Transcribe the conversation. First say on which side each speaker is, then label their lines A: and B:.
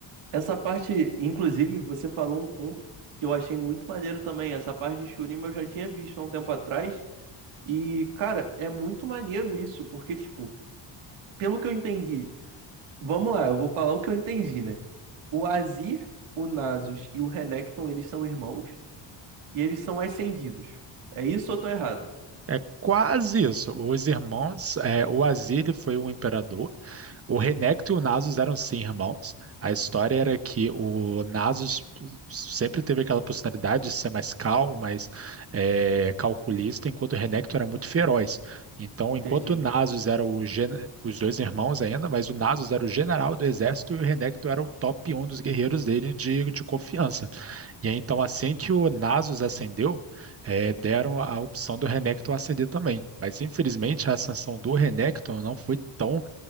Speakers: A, on the right (about 90°); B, on the right (about 30°).
A: Essa parte, inclusive, você falou um ponto que eu achei muito maneiro também. Essa parte de Shurima eu já tinha visto há um tempo atrás. E, cara, é muito maneiro isso, porque, tipo, pelo que eu entendi, vamos lá, eu vou falar o que eu entendi, né? O Azir, o Nasus e o Renekton, eles são irmãos e eles são ascendidos. É isso ou eu tô errado?
B: É quase isso. Os irmãos, é, o Azir foi um imperador. O Renekton e o Nasus eram sim irmãos. A história era que o Nasus sempre teve aquela personalidade de ser mais calmo, mais é, calculista, enquanto o Renekton era muito feroz. Então,
A: Entendi.
B: enquanto o Nasus era o gen- os dois irmãos ainda, mas o Nasus era o general do exército e o Renekton era o top 1 dos guerreiros dele de, de confiança. E aí, então, assim que o Nasus acendeu, eh, deram a opção do Renekton acender também. Mas, infelizmente, a ascensão do Renekton não foi tão